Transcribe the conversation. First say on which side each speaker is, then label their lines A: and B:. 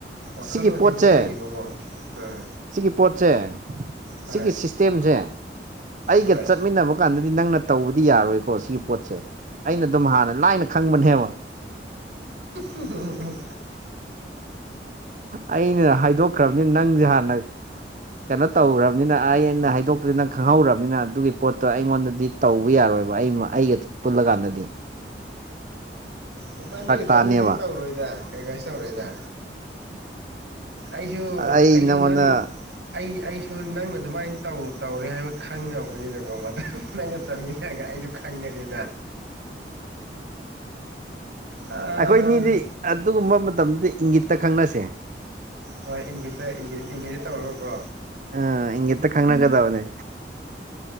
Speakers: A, on the right (about 75°); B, on the right (about 45°).
A: ꯋꯥꯈꯜꯂꯣꯟꯁꯦ
B: ꯁꯤꯒꯤ ꯄꯣꯠꯁꯦ
A: ꯑꯗꯨꯝ ꯂꯩꯌꯦꯕꯀꯣ ꯎꯝ
B: ꯁꯤꯒꯤ ꯄꯣꯠꯁꯦ
A: ꯍꯣꯏ
B: ꯁꯤꯒꯤ ꯏꯁꯇꯦꯝꯁꯦ ꯑꯩꯒ
A: ꯍꯣꯏ
B: ꯆꯠꯃꯤꯟꯅꯕ ꯀꯥꯟꯗꯗꯤ ꯅꯪꯅ ꯇꯧꯕꯗꯤ ꯌꯥꯔꯣꯏꯀꯣ ꯁꯤꯒꯤ ꯄꯣꯠꯁꯦ ꯑꯩꯅ ꯑꯗꯨꯝ ꯍꯥꯟꯅ ꯂꯥꯏꯅ ꯈꯪꯕꯅꯦꯕ
A: ꯎꯝ ꯎꯝ
B: ꯑꯩꯅ ꯍꯥꯏꯗꯣꯛꯈ꯭ꯔꯕꯅꯤ ꯅꯪꯁꯦ ꯍꯥꯟꯅ ꯀꯩꯅꯣ ꯇꯧꯈ꯭ꯔꯕꯅꯤꯅ ꯑ ꯑꯩꯅ ꯍꯥꯏꯗꯣꯛꯄꯗꯤ ꯅꯪ ꯈꯪꯍꯧꯔꯕꯅꯤꯅ ꯑꯗꯨꯒꯤ ꯄꯣꯠꯇꯣ ꯑꯩꯉꯣꯟꯗꯗꯤ ꯇꯧꯕ ꯌꯥꯔꯣꯏꯕ ꯑꯩꯒ ꯄꯨꯜꯂ ꯀꯥꯟꯗꯗꯤ
A: ꯂꯄꯥꯅꯤ ꯈꯤꯇꯪꯅꯤꯗꯤ
B: ꯇꯥꯅꯦꯕ
A: ꯇꯧꯔꯣꯏꯗ ꯀꯩ ꯀꯥꯏꯁꯨ ꯇꯧꯔꯣꯏꯗ ꯑꯩꯁꯨ
B: ꯑꯩ
A: ꯑꯩꯁꯨ
B: ꯅꯪꯉꯣꯟꯗ
A: ꯅꯪ ꯑꯩ ꯅꯪꯅ ꯑꯗꯨꯃꯥꯏꯅ ꯇꯧ ꯇꯧꯔꯦ ꯍꯥꯏꯕ ꯈꯪꯉꯕꯅꯤꯅꯀꯣ ꯃꯊ ꯅꯪ ꯆꯠꯃꯤꯟꯅꯔꯒ ꯑꯩꯁꯨ ꯈꯪꯒꯅꯤꯗ ꯑꯣ
B: ꯑꯩꯈꯣꯏꯅꯤꯗꯤ
A: <unintelligible>
B: ꯑꯗꯨꯒꯨꯝꯕ ꯃꯇꯝꯗꯗꯤ ꯏꯪꯒꯤꯠꯇ ꯈꯪꯅꯁꯦ
A: ꯍꯣꯏ ꯏꯪꯒꯤꯇ ꯏꯪꯒꯤꯗ ꯇꯧꯔꯒꯣꯏꯀꯣ
B: ꯑ ꯏꯉꯦꯇ ꯈꯪꯅꯒꯗꯕꯅꯦ